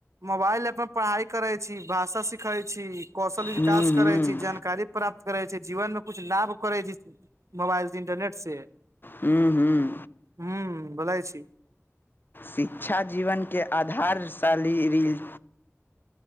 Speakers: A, on the right; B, on the left.
A: मोबाइल <unintelligible> <inaudible> पढ़ाई करै छी भाषा सिखै छी। कौशल विकास
B: हूँ हूँ
A: करै छी, जानकारी प्राप्त करै छी, जीवन मे कुछ लाभ करै छी। मोबाइल से, इन्टरनेट से।
B: हुं- हुं -हुं
A: हुं-हुं बोलइ छी।
B: शिक्षा जीवनके आधारशाली रील।